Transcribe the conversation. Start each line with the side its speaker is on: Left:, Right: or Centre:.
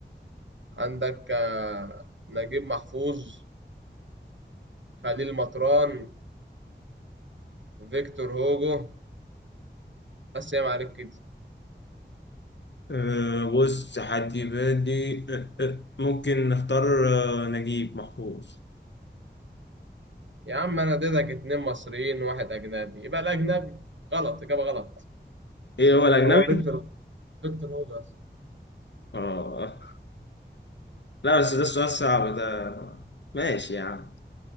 Right: عندك آه، نجيب محفوظ خليل مطران فيكتور هوجو بس يا معلك كده
Left: أه بص حد يبادي أه أه ممكن نختار أه نجيب محفوظ
Right: يا عم انا اديتك اتنين مصريين وواحد اجنبي يبقى الاجنبي غلط اجابه غلط
Left: ايه هو الأجنبي؟
Right: هو فيكتور فيكتور هوجو أصلاً.
Left: اه لا بس ده السؤال صعب ده ماشي يعني